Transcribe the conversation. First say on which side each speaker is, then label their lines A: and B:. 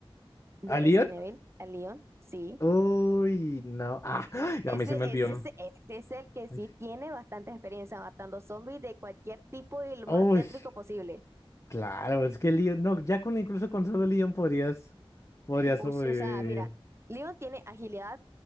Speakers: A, on the right (about 30°); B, on the left (about 30°).
A: De
B: ¿a
A: Resident
B: Leon?
A: Evil, a Leon, sí.
B: Uy, no. Ah, <gasps>
A: Ese,
B: a mí se me olvidó.
A: ese, ese, ese es el que sí
B: Uy.
A: tiene bastante experiencia matando zombies de cualquier tipo y el
B: Uy.
A: más tétrico posible.
B: Claro, es que el Leon, no, ya con incluso con solo Leon podrías, podrías
A: O,
B: sobrevivir.
A: o sea, mira, Leon tiene agilidad,